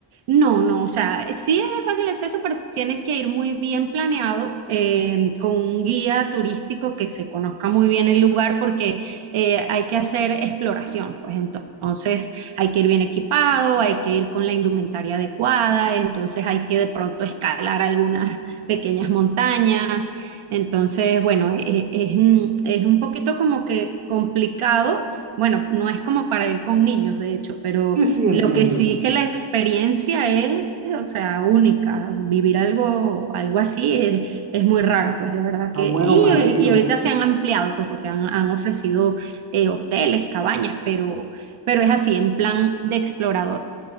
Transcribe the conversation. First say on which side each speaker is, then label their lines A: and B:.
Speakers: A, on the right; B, on the right.
A: No, no, o sea, sí es de fácil acceso, pero tienes que ir muy bien planeado eh, con un guía turístico que se conozca muy bien el lugar porque eh, hay que hacer exploración, pues entonces hay que ir bien equipado, hay que ir con la indumentaria adecuada, entonces hay que de pronto escalar algunas pequeñas montañas, entonces bueno, e- e- es, un- es un poquito como que complicado, bueno, no es como para ir con niños, de hecho, pero...
B: Sí, sí, entiendo.
A: Lo que sí es que la experiencia es, o sea, única. Vivir algo, algo así es, es muy raro, pues de verdad
B: Ah,
A: que...
B: bueno,
A: Y,
B: me alegro.
A: y ahorita se han ampliado, pues porque han, han ofrecido eh, hoteles, cabañas, pero, pero es así, en plan de explorador.